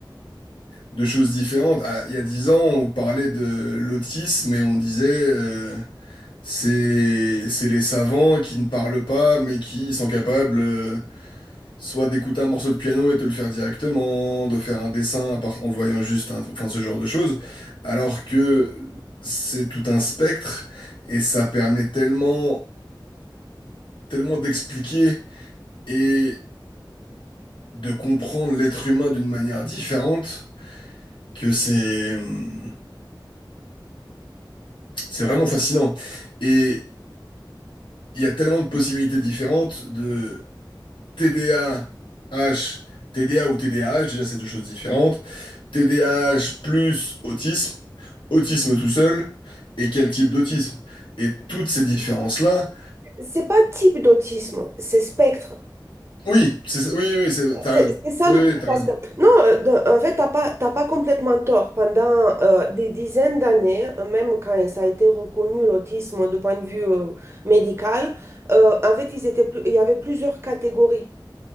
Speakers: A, on the left; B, on the right.
A: de choses différentes. Ah, il y a dix ans, on parlait de l'autisme et on disait euh, c'est c'est les savants qui ne parlent pas mais qui sont capables euh, Soit d'écouter un morceau de piano et te le faire directement, de faire un dessin à part- en voyant juste un, enfin ce genre de choses, alors que c'est tout un spectre et ça permet tellement, tellement d'expliquer et de comprendre l'être humain d'une manière différente que c'est, hum, c'est vraiment fascinant. Et il y a tellement de possibilités différentes de TDAH, TDA ou TDAH, déjà c'est deux choses différentes, TDAH plus autisme. autisme tout seul et quel type d'autisme. Et toutes ces différences-là,
B: C'est pas type d'autisme, c'est spectre.
A: oui, c'est, ça- oui, oui, c'est- t'as
B: C'est
A: raison.
B: c'est ça
A: Oui,
B: le
A: oui,
B: truc.
A: oui, t'as
B: Parce
A: raison.
B: que, non, euh, de- en fait, t'as pas, t'as pas complètement tort. Pendant euh, des dizaines d'années, euh, même quand ça a été reconnu l'autisme de point de vue euh, médical, euh, en fait, ils étaient, plus- il y avait plusieurs catégories.